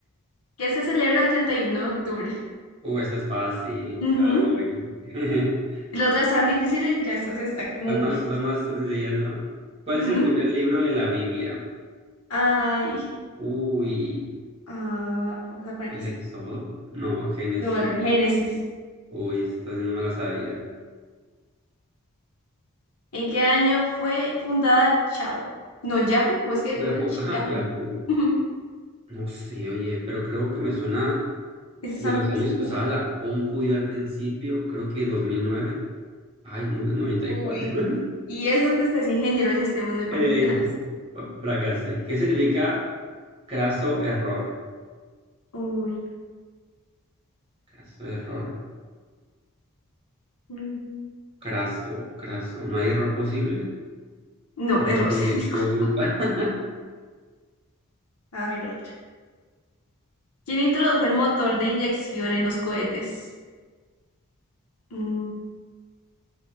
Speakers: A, on the left; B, on the right.
A: ¿Qué se celebra el treinta y uno de octubre.
B: Uh, esta es fácil.
A: Ujú.
B: Halloween. <laughs>
A: Y las otras están difíciles, ya estas están como
B: Las más,
A: muy fáciles.
B: las más sencillas, ¿no? ¿Cuál
A: Ujú.
B: es el primer libro de la Biblia?
A: Ay,
B: Uy,
A: ah, vamos a poner
B: ¿el
A: este.
B: Éxodo? No, Génesis.
A: No, el Génesis.
B: Uy, esta sí no me la sabía.
A: ¿En qué año fue fundada Chao? No, Yahoo, ¿cómo es que pronuncia?
B: Yahoo, ajá,
A: Yahoo.
B: Yahoo.
A: Ujú.
B: No sé, oye, pero creo que me suena.
A: Eso
B: De
A: es antiguo.
B: los años que usaba la compu yo al principio, creo que dos mil nueve Ay, no, 94.
A: Uy.
B: <laughs>
A: Y eso que usted es ingeniero de sistemas me
B: Eh,
A: parece tenaz.
B: fa- fracasé. ¿Qué significa craso error?
A: Uy.
B: Craso error.
A: Ujú.
B: Craso, craso. ¿No hay error posible?
A: No,
B: Error
A: error,
B: sin disculpa.
A: <laughs> disculpa.
B: <laughs>
A: A ver, otra. ¿Quién introdujo el motor de inyección en los cohetes? Mm,